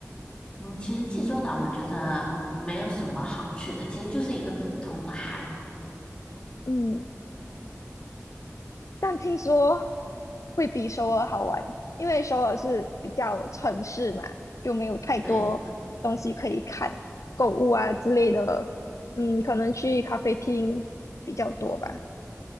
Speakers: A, on the left (about 20°); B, on the left (about 70°).
A: 嗯，其实济州岛我觉得没有什么好去的，其实就是一个普通的海。
B: <laughs> 嗯。但听说会比首尔好玩，因为首尔是比较城市嘛，就没有太多东西可以看，
A: 对
B: 购物啊之类的，嗯，可能去咖啡厅比较多吧。